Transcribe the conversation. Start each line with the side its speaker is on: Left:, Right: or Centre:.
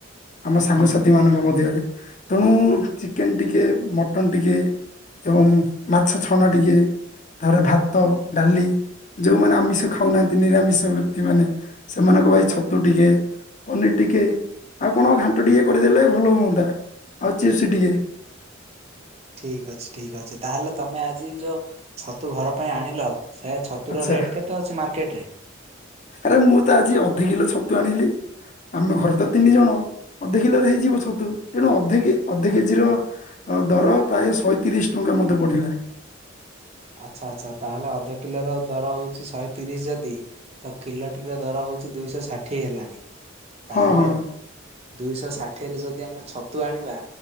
Left: ଆମ ସାଙ୍ଗସାଥି
Right: ହୁଁ ହୁଁ
Left: ମାନଙ୍କ ମଧ୍ୟରେ ତେଣୁ
Right: ହଁ ହଁ।
Left: ଚିକେନ ଟିକେ ମଟନ ଟିକେ ଏବଂ ମାଛ ଛଣା ଟିକେ ତାପରେ ଭାତ ଡାଲି ଯୋଉମାନେ ଆମିଷ ଖାଉନାହାନ୍ତି ନିରାମିଷ ବ୍ୟକ୍ତିମାନେ ସେମାନଙ୍କ ଭାଇ ଛତୁ ଟିକେ। ପନିର ଟିକେ ଆଉ। କଣ ଘାଣ୍ଟ ଟିକେ କରିଦେଲେ ଭଲ ହୁଅନ୍ତା ଆଉ ଚିପ୍ସ ଟିକେ।
Right: ଠିକ ଅଛି ଠିକ ଅଛି ତାହେଲେ ତମେ ଆଜି ଯୋଉ ଛତୁ ଘର ପାଇଁ ଆଣିଲ? ସେ ଛତୁର
Left: ଆଚ୍ଛା
Right: ରେଟ୍ କେତେ ଅଛି ମାର୍କେଟ ରେ?
Left: ଆରେ ମୁଁ ତ ଆଜି ଅଧ କିଲୋ ଛତୁ ଆଣିଲି ଆମ ଘରେ ତ ତିନି ଜଣ ଅଧ କିଲୋରେ ହେଇଯିବ ଛତୁ ତେଣୁ ଅଧ ଅଧ କେଜି ର ଦର ପ୍ରାୟ ଶହେ ତିରିଶ ଟଙ୍କା ମତେ ପଡିଲା।
Right: ଆଚ୍ଛା ଆଚ୍ଛା ତାହେଲେ ଅଧ କିଲୋର ଦର ହଉଛି ଶହେ ତିରିଶ ଯଦି ତ କିଲୋଟିର ଦର ହଉଛି ଦୁଇଶହ ଷାଠିଏ ହେଲାଣି? ତାହେଲେ
Left: ହଁ ହଁ
Right: ଦୁଇଶହ ଷାଠିଏରେ ଯଦି ଆମେ ଛତୁ ତୁ ଆଣିବା